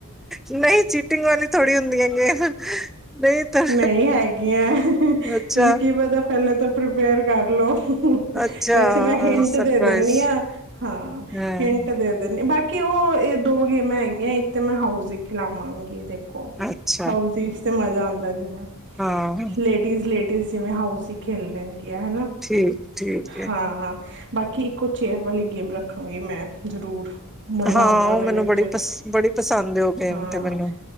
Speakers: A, in the centre; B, on the right.
A: ਨਹੀਂ ਚੀਟਿੰਗ ਵਾਲੀ ਥੋੜ੍ਹੀ ਹੁੰਦੀਆਂ ਗੇਮ ਨਹੀਂ ਤਾਂ
B: ਨਹੀਂ ਹੈਗੀਆਂ
A: ਅੱਛਾ
B: ਤੁਸੀਂ ਪਹਿਲੇ ਤੋਂ ਪ੍ਰੀਪੇਅਰ ਕਰਲੋ।
A: ਅੱਛਾ
B: ਵੈਸੇ ਮੈਂ ਹਿੰਟ
A: ਸਰਪ੍ਰਾਈਜ਼
B: ਦੇ ਦਿੰਦੀ ਹਾਂ ਹਾਂ
A: ਹਾਂ
B: ਹਿੰਟ ਦੇ ਦਿੰਦੀ ਬਾਕੀ ਕਿ ਉਹ ਇਹ ਦੋ ਗੇਮਾਂ ਹੈਗੀਆਂ ਇੱਕ ਤੇ ਮੈਂ ਹਾਊਸ ਦੀ ਖਿਲਾਵਾਂਗੀ ਇਹਦੇ
A: ਅੱਛਾ
B: ਹਾਊਜਿਜ ਤੇ ਮਜ਼ਾ ਆਂਦਾ ਜਿਵੇਂ
A: ਹਾਂ
B: ਲੇਡੀਜ਼- ਲੇਡੀਜ਼, ਜਿਵੇਂ ਹਾਊਜੀ ਖੇਲਦੇ ਨੇ ਵਧੀਆ ਹੈਨਾ
A: ਠੀਕ ਠੀਕ ਹੈ
B: ਹਾਂ। ਬਾਕੀ ਇੱਕੋ ਚੇਅਰ ਵਾਲੀ ਗੇਮ ਰੱਖਾਂਗੇ ਮੈਂ ਜ਼ਰੂਰ ਮਜ਼ਾ
A: ਹਾਂ
B: ਆਉਂਦਾ
A: ਉਹ
B: ਉਹਦੇ
A: ਮੈਨੂੰ
B: ਵਿੱਚ
A: ਬੜੀ ਪਸ ਬੜੀ ਪਸੰਦ ਉਹ ਗੇਮ
B: ਹਾਂ
A: ਤੇ ਮੈਨੂੰ